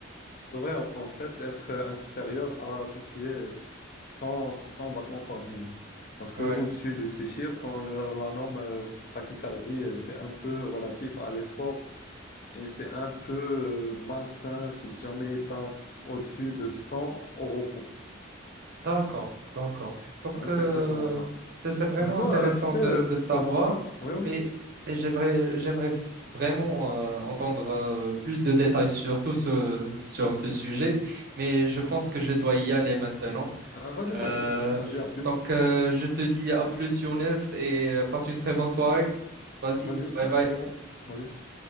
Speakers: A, on the left; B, on the right.
A: Ça devrait en en fait être euh, inférieur à tout ce qui est euh, 100, 100 battements par minute. Parce que
B: Ouais.
A: au-dessus de ces chiffres, on, le- on la nomme euh, tachycardie. euh, C'est un peu relatif à l'effort et c'est un peu euh, malsain si jamais tu as au-dessus de 100 au repos.
B: D'accord, d'accord. Donc,
A: Ouais,
B: euh,
A: c'est exactement ça.
B: c'est c'est vraiment
A: Du coup,
B: intéressant
A: euh, tu sais,
B: de,
A: euh,
B: de savoir,
A: pour mon cas, oui, oui.
B: mais, mais j'aimerais, j'aimerais vraiment euh, entendre euh, plus de détails sur tout ce, sur ce sujet, mais je pense
A: Après.
B: que je dois
A: Mhm.
B: y aller maintenant.
A: Euh, vas-y,
B: Euh,
A: vas-y, vas-y, on s'en dit à plus.
B: donc, euh, je te dis à plus, Younes, et euh, passe une très bonne soirée. Vas-y,
A: Vas-y,
B: bye
A: merci
B: bye.
A: beaucoup. Vas-y.